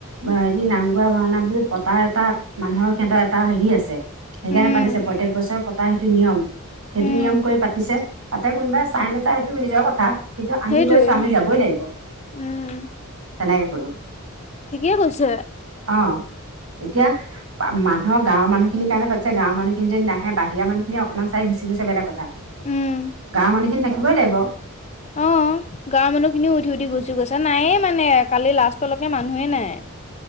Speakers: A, on the right; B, on the left.
A: ভাৰ্‌ দি নাম গোৱা ভাওনা বুলি পতাৰ এটা মানুহৰ, হেঁতৰ এটা হেৰি আছে । সেইকাৰণে
B: উম
A: পাতিছে। প্ৰত্যেক বছৰে পতা সেইটো নিয়ম ।সেইটো
B: উম
A: নিয়ম কৰি পাতিছে পা তাতে কোনোবাই চাই, নাচাই সেইটো নিজৰ কথা । কিন্তু আমি
B: সেইটোৱে
A: গৈছোঁ, আমি যাবই লাগিব
B: উম
A: ।তেনেকে ক'লো
B: ঠিকেই কৈছে ।
A: অ এতিয়া, বা-মানুহ গাঁৱৰ মানুহখিনিৰ কাৰণে পাতিছে। গাঁৱৰ মানুহখিন যদি নাহে, বাহিৰা মানুহ এনে অকমান চাই গুচি গৈছে বেলেগ কথা ।
B: উম
A: গাঁৱৰ মানুহ খিনি থাকিবই লাগিব ।
B: অঁ, গাঁৱৰ মানুহ খিনিও উঠি উঠি গুচি গৈছে । তাত নায়েই মানে, কালি লাষ্টলৈকে মানুহে নাই ।